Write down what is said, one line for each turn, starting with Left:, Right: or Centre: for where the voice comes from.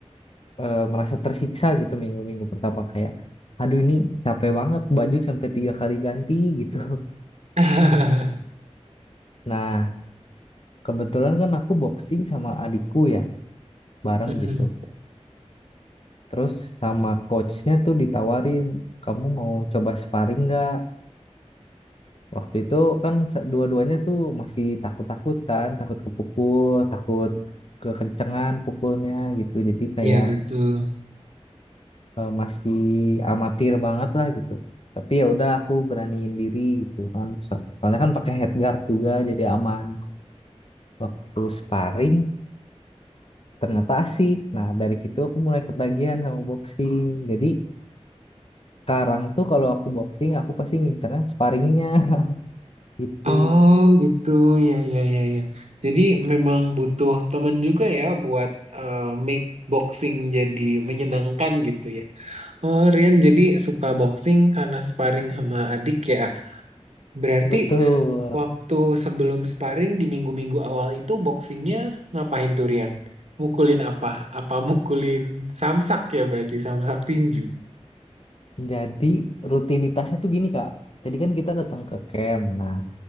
Left: eh, merasa tersiksa gitu minggu-minggu pertama kayak aduh ini capek banget baju sampai tiga kali ganti gitu
Right: <laughs>
Left: <laughs> nah kebetulan kan aku boxing sama adikku ya bareng
Right: Mm-mm.
Left: gitu terus sama coachnya tuh ditawarin kamu mau coba sparring nggak waktu itu kan se- dua-duanya tuh masih takut-takut kan takut kepukul takut kekencengan pukulnya gitu jadi kayak
Right: Iya betul.
Left: eh, masih amatir banget lah gitu. Tapi ya udah aku beraniin diri gitu kan. So- Soalnya kan pakai headguard juga jadi aman. Waktu sparring ternyata asik. Nah, dari situ aku mulai ketagihan sama boxing. Jadi sekarang tuh kalau aku boxing aku pasti ngincernya sparringnya <laughs> gitu.
Right: Oh gitu ya ya ya ya. Jadi memang butuh teman juga ya buat eh, make boxing jadi menyenangkan gitu ya. Oh Rian jadi suka boxing karena sparring sama adik ya. Berarti
Left: Betul.
Right: waktu sebelum sparring di minggu-minggu awal itu boxingnya ngapain tuh Rian? Mukulin apa? Apa mukulin samsak ya berarti samsak tinju.
Left: Jadi rutinitasnya tuh gini Kak. Jadi kan kita datang ke camp. Nah,